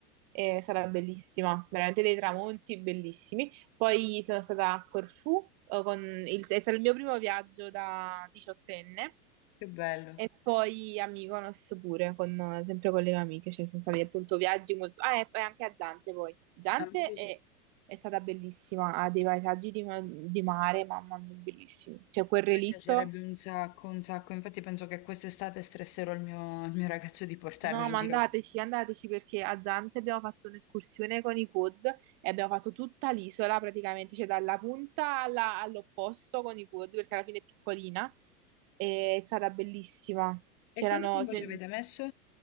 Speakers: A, on the right; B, on the left.
A: è stata bellissima, veramente dei tramonti bellissimi. Poi sono stata a Corfù, eh, con il- è stato il mio primo viaggio da diciottenne,
B: Che bello.
A: e poi a Mykonos pure, con- sempre con le mie amiche, cioè sono stati appunto viaggi molto... Ah, e poi anche a Zante poi. Zante
B: A me piace-
A: è, è stata bellissima, ha dei paesaggi di, ma- di mare, mamma mia, bellissimi. C'è quel relitto...
B: A me piacerebbe un sacco, un sacco, infatti penso che quest'estate stresserò il mio, il mio ragazzo di portarmi
A: No,
B: in
A: ma
B: giro.
A: andateci, andateci perché a Zante abbiamo fatto un'escursione con i quad e abbiamo fatto tutta l'isola praticamente, cioè dalla punta alla- all'opposto con i quad perché alla fine è piccolina. E è stata bellissima. C'erano,
B: E quanto tempo
A: c'è-
B: ci avete messo?